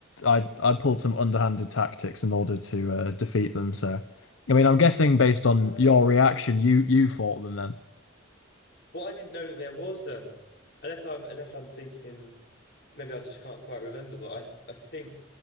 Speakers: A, on the left; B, on the left.
A: I, I pulled some underhanded tactics in order to uh, defeat them. So, I mean, I'm guessing based on
B: Ah.
A: your reaction, you you fought them then.
B: Well, I didn't know that there was, um, unless I'm, unless I'm thinking, maybe I just can't quite remember, but I, I think,